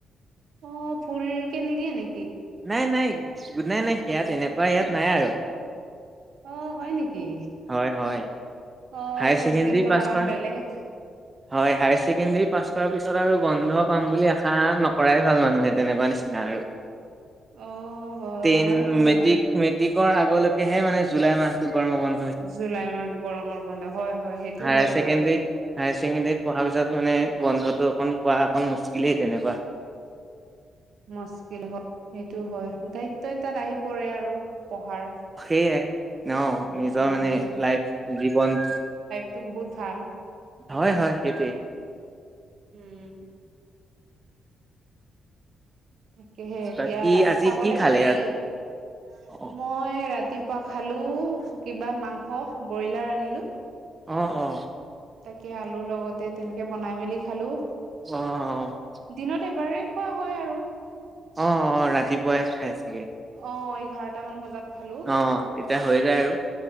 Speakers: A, on the right; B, on the right.
A: অ ফুল কে নিদিয়ে নে।
B: নাই নাই <inaudible> নাই সেয়াত এনেকুৱা ইয়াত নাই আৰু।
A: অ হয় নেকি
B: হয় হয়
A: অ
B: হায়াৰ
A: চিষ্টেমটো
B: ছেকেণ্ডৰী
A: অকমান
B: পাছ কৰা
A: বেলেগ।
B: হয় হাই ছেকেণ্ডেৰী পাছ কৰাৰ পিছত আৰু বন্ধ পাম বুলি আশা নকৰাই ভাল মানুহে তেনেকুৱা নিচিনা আৰু।
A: অ হ
B: টেন
A: হয় হয়
B: মেট্ৰিক
A: বাৰু।
B: মেট্ৰিকৰ আগলৈকেহে মানে জুলাই মাহতো গৰমৰ বন।
A: জুলাই মাহতো গৰমৰ বন্ধ হয় হয় সেইটো
B: হায়াৰ
A: হয়
B: ছেকেণ্ডৰীত
A: বাৰু।
B: হায়াৰ ছেকেণ্ডেৰীত পঢ়াৰ পিছত মানে বন্ধটো অকণ পোৱা অকণ মুসকিলেই তেনেকুৱা।
A: মস্কিল হয় সেইটো হয় দায়িত্ব এটাত আহি পৰে আৰু পঢ়াৰ।
B: সেইয়াই অ
A: উম
B: নিজৰ মানে লাইফ জীৱন।
A: তো বহুত ভাল।
B: হয় হয় সেইটোৱেই।
A: উম। তাকেহে এতিয়া
B: বাকী আজি
A: খাবলে
B: খালে
A: কি।
B: ৰাতি?
A: <inaudible>
B: অ',
A: মই ৰাতিপুৱা খালো কিবা মাংস ব্ৰইলাৰ আনিলো।
B: অহ অহ
A: তাকে আলু লগতে তেনেকে বনাই মেলি খালোঁ।
B: অহ অহ
A: দিনত এবাৰেই খোৱা হয় আৰু
B: অঁ অঁ ৰাতিপুৱাই খাই চাগে
A: অ এঘাৰটামান বজাত খালো
B: অ তেতিয়া হৈ যায় আৰু